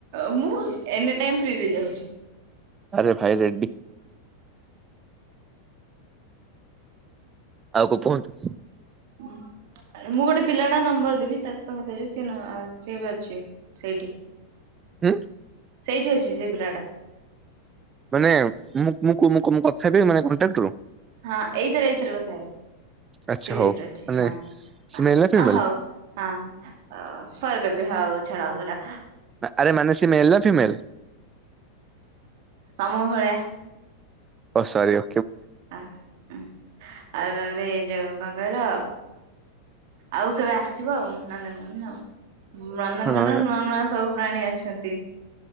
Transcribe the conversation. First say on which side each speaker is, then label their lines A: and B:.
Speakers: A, on the right; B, on the right.
A: ମୁଁ ଏନି ଟାଇମ ଫ୍ରି ରେ ଯାଉଛି।
B: ଆରେ ଭାଇ ରେଡ୍ଡୀ ଆଉ କ କୁହନ୍ତୁ।
A: ହଁ ଆରେ ମୁଁ ଗୋଟେ ପିଲାଟା ନମ୍ବର ଦେବି ତା ସହିତ କଥା ହେଇଯିବ ସେ ନୂଆ ଆସଛି ଏବେ ଅଛି ସେଇଠି।
B: ଉଁ।
A: ସେଇଠି ଅଛି ସେ ପିଲାଟା।
B: ମାନେ ମୁଁ ମୁଁ। କୁ ମୁଁ ମୁଁ କଥା ହେବି ମାନ କଣ୍ଟାକ୍ଟ ରୁ।
A: ହଁ ଏଇଥିରେ ଏଇଥିରେ କଥା ହେବେ
B: ଆଚ୍ଛା
A: ସେ
B: ହଉ
A: ଭିତରେ ଅଛି
B: ମାନେ
A: ହଁ
B: ସେ
A: ଅଁ
B: ମେଲ୍ ନା ଫିମେଲ୍
A: ଅ ହଉ ହଁ ଅ ପରେ କରିବି ହଉ ଛାଡ ସେଟା।
B: ଆ ଆରେ ମାନେ ସିଏ ମେଲ ନା ଫିମେଲ?
A: ତ ତମ ଭଳିଆ।
B: ଓ ସରି ଓ।
A: ଆ ଉଁ ଆଉ ତାପରେ ଯୋଉ। କଁ କହିଲ ଆଉ କେବେ ଆସିବ ଆଉ ନନ୍ଦନକାନନ ଆଉ। ଉଁ ନନ୍ଦନକାନନ
B: ହଁ ନଣନ୍ଦ
A: ନୂଆ ନୂଆ ସବୁ ପ୍ରାଣୀ ଅଛନ୍ତି।